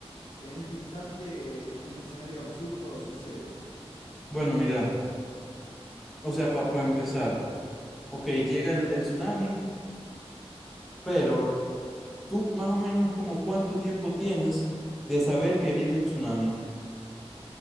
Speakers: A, on the left (about 55°); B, in the centre.
A: en este instante, en un escenario absurdo, sucede.
B: Bueno, mira, o sea, para empezar. Ok, llega el, el tsunami, pero tú más o menos como cuánto tiempo tienes de saber que viene el tsunami.